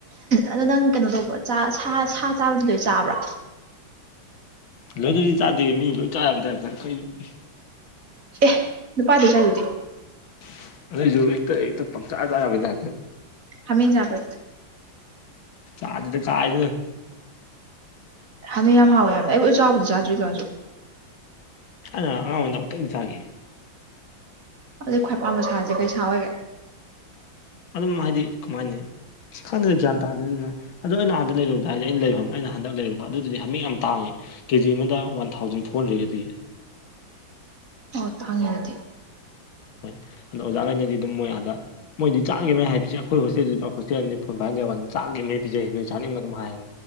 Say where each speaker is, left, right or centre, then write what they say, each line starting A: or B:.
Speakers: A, on the right; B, on the left.
A: ꯑꯗꯣ ꯅꯪ ꯀꯩꯅꯣ ꯇꯧꯕ꯭ꯔ ꯁꯥ ꯁꯥ ꯆꯥꯕꯗꯤ ꯂꯣꯏ ꯆꯥꯕ꯭ꯔꯥ
B: ꯂꯣꯏꯅꯗꯤ ꯇꯥꯗꯦ ꯃꯤ ꯂꯣꯏꯅ ꯆꯥꯕ <unintelligible>
A: ꯑꯦ ꯅꯨꯄꯥꯗꯨ ꯆꯥꯏꯗꯨꯗꯤ
B: <unintelligible> ꯄꯪꯗ ꯌꯥꯕꯩ ꯇꯥꯏꯄꯇꯥ
A: ꯍꯥꯃꯦꯡ ꯆꯕꯔꯥ <unintelligible>
B: ꯆꯥꯗꯦꯗ ꯀꯥꯏ
A: ꯍꯥꯃꯦꯡ ꯌꯥꯝ ꯍꯥꯎꯋꯦ ꯍꯥꯏꯕꯅꯦ ꯑꯩꯕꯨ <unintelligible> ꯇꯔꯁꯨ
B: ꯑꯩꯅ ꯑꯉꯥꯡꯑꯣꯏꯗ ꯑꯃꯨꯛꯇꯪ ꯆꯥꯈꯤ
A: ꯑꯗꯨ ꯈ꯭ꯋꯥꯏ ꯄꯥꯟꯕꯄꯥꯝꯕ ꯁꯥꯥꯁꯦ ꯀꯩ ꯁꯥ ꯑꯣꯏꯒꯦ
B: ꯑꯗꯨꯝ ꯍꯥꯏꯗꯤ ꯀꯃꯥꯏꯅꯤ ꯈꯪꯗꯒ ꯒ꯭ꯌꯥꯟ ꯇꯥꯗꯦꯗꯅ ꯑꯗꯣ ꯑꯩꯅ ꯑꯥꯟꯗ ꯂꯩꯔꯨꯗ ꯍꯥꯏꯔꯗꯤ ꯑꯩꯅ ꯂꯩꯐꯝꯅꯦ ꯑꯩꯅ ꯍꯟꯗꯛ ꯂꯩꯔ ꯑꯗꯨꯗꯨꯗꯤ ꯍꯥꯃꯤꯡ ꯌꯥꯝ ꯇꯥꯡꯉꯦ ꯀꯦꯖꯤ ꯑꯃꯗ ꯋꯥꯟ ꯊꯥꯎꯖꯟ ꯐꯣꯔ ꯍꯟꯗ꯭ꯔꯦꯠ <unintelligible>
A: ꯑꯣ ꯇꯥꯡꯉꯤꯗꯤ
B: ꯍꯣꯏ ꯑꯗꯣ ꯑꯣꯖꯥꯈꯩꯅꯗꯤ ꯑꯗꯨꯝ ꯃꯣꯏ ꯑꯥꯗ ꯃꯣꯏꯗꯤ <unintelligible> ꯍꯥꯏꯁꯦ ꯑꯩꯈꯣꯏ ꯍꯣꯁꯇꯦꯜꯗꯨꯗ ꯍꯣꯁꯇꯦꯜꯅꯤ ꯐꯟ ꯄꯥꯏꯟꯗ ꯋꯥꯟ ꯆꯥꯛꯒꯤ ꯄꯤꯖꯩ ꯅꯣꯏ ꯆꯥꯅꯤꯡꯕ ꯑꯗꯨꯝ ꯍꯥꯏꯌꯦꯕ